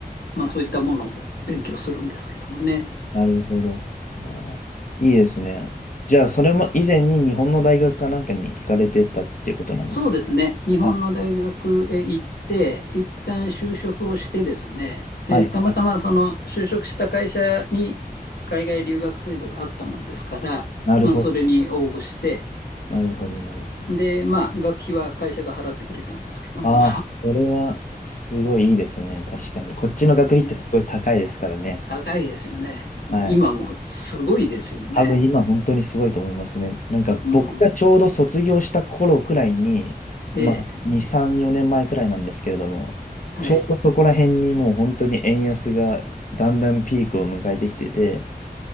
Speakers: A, on the left; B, on the left.
A: まあ、そういったものを勉強するんですけどもね。
B: なるほど。あーいいですね。じゃあ、それも以前に日本の大学かなんかに行かれてたっていうことなんですか
A: そうですね。日本の大学へ行って、
B: あ、
A: 一旦就職をしてですね。で、
B: はい、
A: たまたまその就職した会社に海外留学制度があったもんですから、
B: はい。なるほど。
A: まあ、それに応募して、
B: なるほど、なるほど。
A: で、まあ、学費は会社が払ってくれたんですけども、
B: ああ、それはすごいいいですね。確かに。こっちの学費ってすごい高いですからね。
A: <laughs> 高いですよね。
B: はい。
A: 今もすごいですよね。
B: 多分今本当にすごいと思いますね。なんか僕がちょうど卒業した頃くらいに、
A: うん。
B: まあ2、
A: ええ。
B: 3、4年前くらいなんですけれども、
A: はい。
B: ちょうどそこら辺にもう本当に円安がだんだんピークを迎えてきてて、